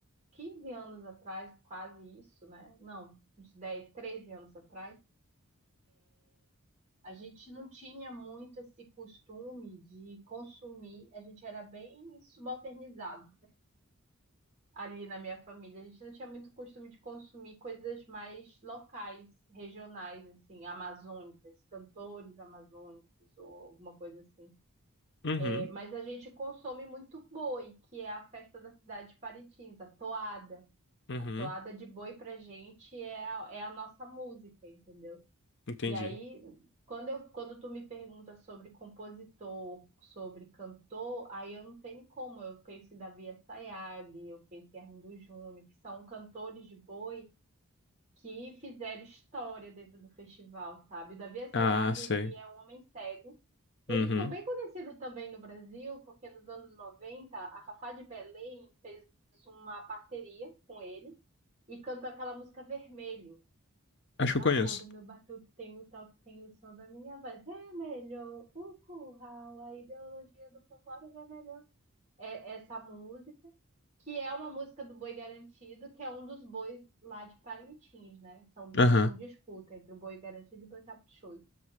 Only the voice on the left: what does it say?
Uhum,
uhum,
entendi.
Ah, sei.
Uhum,
acho
que eu conheço.
Aham.